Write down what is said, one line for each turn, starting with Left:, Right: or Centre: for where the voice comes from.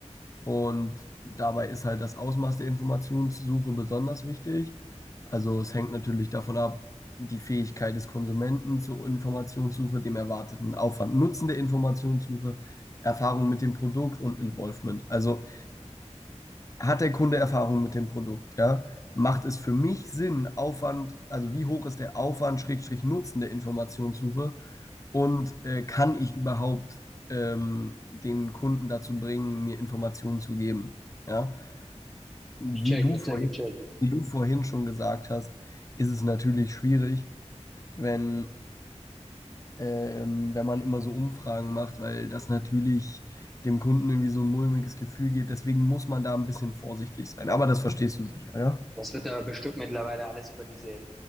Left: Und dabei ist halt das Ausmaß der Informationssuche besonders wichtig. Also es hängt natürlich davon ab, die Fähigkeit des Konsumenten zur Informationssuche, dem erwarteten Aufwand, Nutzen der Informationssuche, Erfahrung mit dem Produkt und Involvement. Also hat der Kunde Erfahrung mit dem Produkt, ja? Macht es für mich Sinn, Aufwand, also wie hoch ist der Aufwand, Schrägstrich Nutzen der Informationssuche und äh, kann ich überhaupt ähm, den Kunden dazu bringen, mir Informationen zu geben, ja? Wie
Centre: Ich check,
Left: du
Centre: ich
Left: vorhin,
Centre: check, ich check.
Left: wie du vorhin schon gesagt hast, ist es natürlich schwierig, wenn, ähm, wenn man immer so Umfragen macht, weil das natürlich dem Kunden irgendwie so ein mulmiges Gefühl geht. Deswegen muss man da ein bisschen vorsichtig sein. Aber das verstehst du sicher, ja?
Centre: Das wird aber bestimmt mittlerweile alles über diese